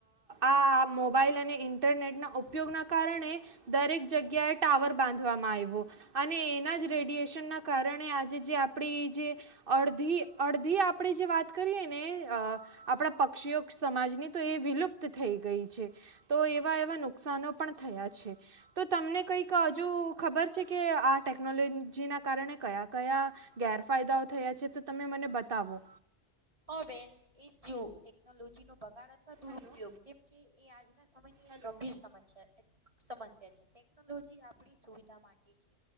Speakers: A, on the right; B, on the right.
A: આ મોબાઈલ અને ઇન્ટરનેટના ઉપ ઉપયોગના કારણે દરેક જગ્યાએ ટાવર બાંધવામાં આવ્યો અને એના જ રેડિયેશન કારણે આજે જે આપડી જે અડધી અડધી આપણે જે વાત કરીએ ને, આપણા પક્ષીઓ સમાજની તો એ વિલુપ્ત થઈ ગઈ છે, તો એવા એવા નુ નુકસાનો પણ થયા છે તો તમને કંઈક હજુ ખબર છે કે આ ટેકનોલોજીના ક કયા ગેરફાયદાઓ થયા છે તો તમે મને બતાવો.
B: હ બેન એ જો ટેકનોલોજી નો બગાડ અથવા દુરુપયોગ
A: હેલો
B: જેમ કે એ આજ ના સમય ની
A: હેલો
B: એક ગંભીર સમસ્યા છે. સમસ્યા છે ટેકનોલોજી આપડી સુવિધા માટે છે